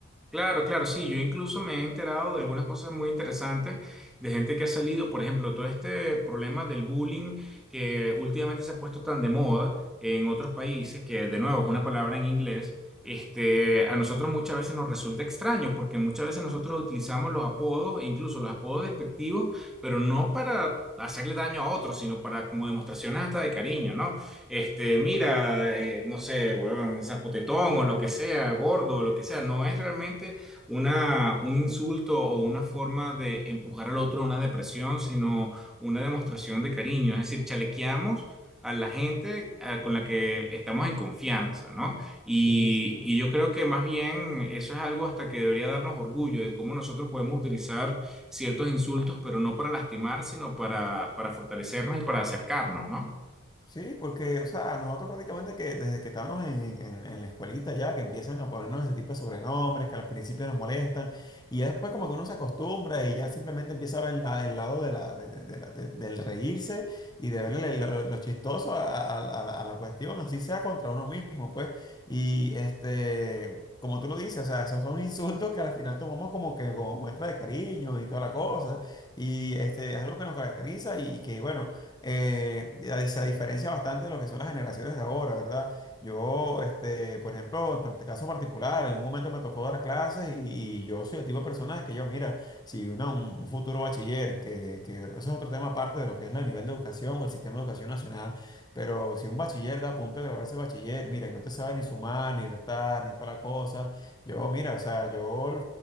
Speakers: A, in the centre; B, on the left.
A: Claro, claro, sí. Yo incluso me he enterado de algunas cosas muy interesantes de gente que ha salido, por ejemplo, todo este problema del bullying que últimamente se ha puesto tan de moda en otros países, que de nuevo es una palabra en inglés, este, a nosotros muchas veces nos resulta extraño porque muchas veces nosotros utilizamos los apodos, e incluso los apodos despectivos, pero no para hacerle daño a otros, sino para como demostraciones hasta de cariño, ¿no? Este, mira, eh, no sé, weón, zapotetón o lo que sea, gordo o lo que sea, no es realmente una, un insulto o una forma de empujar al otro a una depresión, sino una demostración de cariño. Es decir, chalequeamos a la gente eh, con la que estamos en confianza, ¿no? Y,
B: Sí, sí.
A: y yo creo que más bien eso es algo hasta que debería darnos orgullo de cómo nosotros podemos utilizar ciertos insultos, pero no para lastimar, sino para, para fortalecernos y para acercarnos, ¿no?
B: Sí, porque, o sea, nosotros prácticamente que desde que estábamos en, en- en la escuelita ya, que empiezan a ponernos ese tipo de sobrenombres que al principio nos molestan, y ya después como que uno se acostumbra y ya simplemente empieza a ver la- el lado de la, de- de- de la- de- del reírse y de verle lo, lo- lo chistoso a, a- a la, a la cuestión, así sea contra uno mismo, pues. Y este, como tú lo dices, o sea, esos son <laughs> insultos que al final tomamos como que como muestra de cariño y toda la cosa, y este, es algo que nos caracteriza y que, bueno eh, a- se diferencia bastante de lo que son las generaciones de ahora, ¿verdad? Yo, este, por ejemplo, en parte- caso particular, en un momento me tocó dar clases y, y yo soy el tipo de persona de que yo, mira, si una- un, un futuro bachiller, que, que eso es otro tema aparte de lo que es el nivel de educación o el sistema de educación nacional, pero si un bachiller da a punto de graduarse de bachiller, mira, y no te sabe ni sumar, ni restar, ni toda la cosa, yo, mira, o sea, yo